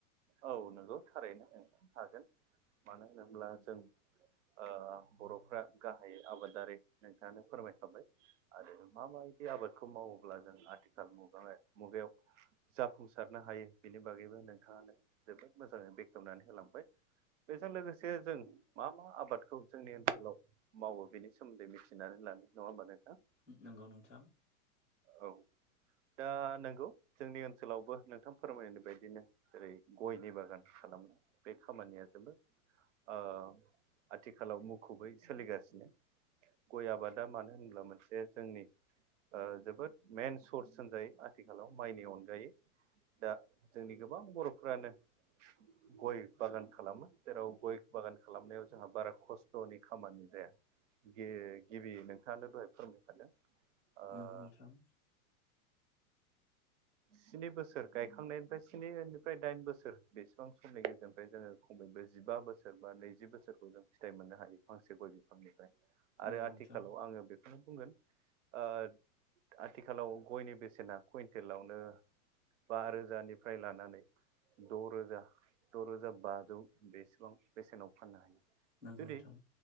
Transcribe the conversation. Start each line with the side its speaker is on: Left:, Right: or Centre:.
Right: औ नोंगौ थारैनो ओं हागोन मानो होनोब्ला जों ओ बर'फ्रा गाहायै आबादारि नोंथाङानो फोरमायखाबाय आरो मा मायदि आबादखौ मावोब्ला जों आथिखाल मुग मुगायाव जाफुंसारनो हायो बेनि बागैबो नोंथाङानो जोबोद मोजाङै बेखेवनानै होलांबाय। बेजों लोगोसे जों मा मा आबादखौ जोंनि ओनसोलाव मावो बेनि सोमोन्दै मिथिनानै लानो नङा होमबा नोंथां
Centre: नंगौ नोंथां।
Right: औ। दा नोंगौ जोंनि ओनसोलावबो नोंथां फोरमायनाय बायदिनो ओेरै गयनि बागान खालामनाय बे खामानिया जोबो। ओ आथिखालाव मुखुबै सोलिगासिनो गय आबादा मानो होनब्ला मोनसे जोंनि ओ जो जोबोद मइेन सर्स होनजायो आथिखालाव माइनि अनगायै दा जोंनि गोबां बर'फोरानो
Centre: <inaudible>
Right: गय बागान खालामो जेराव गय बागान खालामनायाव जोंहा बारा खस्थ'नि खामानि जाया। ये गिबि नोंथाङानो दहाय फोरमायखादों। ओ
Centre: नोंगौ नोंथां। <inaudible>
Right: स्नि बोसोर गायखांनायनिफ्राय स्निनिफ्राय दाइन बोसोर बेसेबां समनि गेजेरनिफ्राय जोङो नैजिबा बोसोर बा नैजि बोसोरखौ जों फिथाइ मोननो हायो फांसे गय बिफांनिफ्राय। आरो
Centre: नंगौ
Right: आथिखालाव
Centre: नोंथां
Right: आङो बेखौ खौ बुंगोन। ओ आथिखालाव गयनि बेसेना कुइन्टेलावनो बा रोजानिफ्राय लानानै। द' रोजा द'रोजा बाजौ बेसेबां बेसेनाव फाननो हायो।
Centre: नंगौ
Right: जुदि
Centre: नोंथां